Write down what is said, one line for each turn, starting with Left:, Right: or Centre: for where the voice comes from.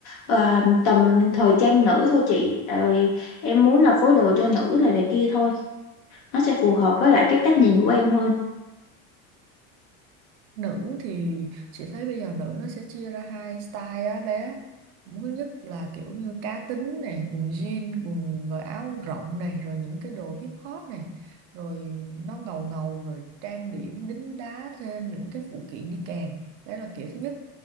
Left: ờ, tầm thời trang nữ thôi chị Tại vì em muốn là phối đồ cho nữ rồi này kia thôi nó sẽ phù hợp với lại cái cách nhìn của em hơn
Right: nữ thì chị thấy bây giờ nữ nó sẽ chia ra hai style á bé thứ nhất là kiểu như cá tính này quần jean quần rồi áo rộng này rồi những cái đồ hip hop này rồi nó ngầu ngầu rồi trang điểm đính đá thêm những cái phụ kiện đi kèm đấy là kiểu thứ nhất